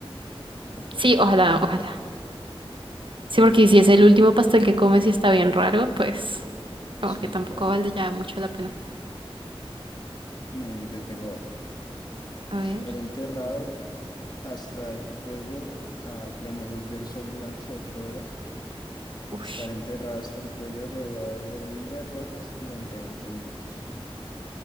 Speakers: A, on the left; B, on the right.
A: pero pues
B: Sí,
A: no
B: ojalá,
A: creo que pare.
B: ojalá. Sí, porque
A: A ver,
B: si es el último pastel que comes y está bien raro, pues
A: sí,
B: como que tampoco
A: claro.
B: vale ya mucho la pena.
A: Bueno, yo te tengo otra.
B: A
A: Estar
B: ver,
A: enterrado hasta el cuello a plena luz del sol durante ocho horas.
B: uff,
A: Estar enterrado hasta el cuello rodeado de hormigas rojas durante 20 minutos. Uy,